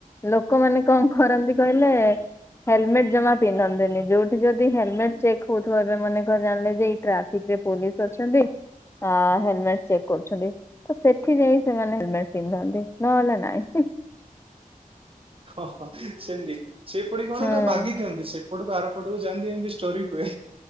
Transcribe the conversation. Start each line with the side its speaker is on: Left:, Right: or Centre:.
Left: ଲୋକମାନେ କଣ କରନ୍ତି କହିଲେ। ହେଲମେଟ ଜମା ପିନ୍ଧନ୍ତିନି ଯୋଉଠି ଯଦି ହେଲମେଟ ଚେକ୍ ହଉଥିବ ଏବେ ମନେ କର ଜାଣିଲେ ଯେ ଏଇ ଟ୍ରାଫିକ। ରେ ପୋଲିସ ଅଛନ୍ତି। ଆ ହେଲମେଟ ଚେକ୍ କରୁଛନ୍ତି ତ ସେଠି ଯାଇ ସେମାନେ ହେଲମେଟ ପିନ୍ଧନ୍ତି ନ ହେଲେ ନାଇଁ।
Right: ହଁ ହଁ ସେମିତି ସେ ପୁଣି କଣ
Left: ହୁଁ।
Right: ନା ବାଗି ଦିଅନ୍ତି ସେ ପଟକୁ ଆର ପଟକୁ ଯାଆନ୍ତି ଏମିତି ଷ୍ଟୋରି ହୁଏ